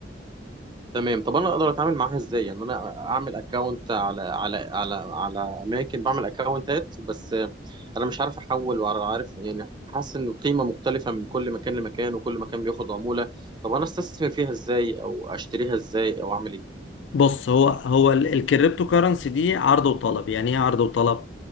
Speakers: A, on the right; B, on the left.
A: تمام طب انا اقدر اتعامل معاها ازاي يعني انا اعمل اكونت على على على على اماكن بعمل اكونتات بس انا مش عارف احول ولا عارف يعني حاسس ان القيمه مختلفه من كل مكان لمكان وكل مكان بياخد عموله طب انا استثمر فيها ازاي او اشتريها ازاي او اعمل ايه
B: بص هو هو ال- الكريبتو كرنسي دي عرض وطلب يعني ايه عرض وطلب